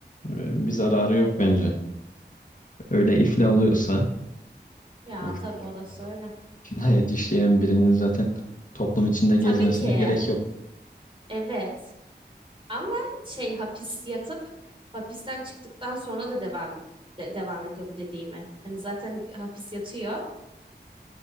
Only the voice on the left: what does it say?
Ee, Bir zararı yok bence. Öyle iflah
oluyorsa
uyuşturucu
kullanıp
cinayet işleyen birinin zaten toplum içinde
gezmesine
gerek yok.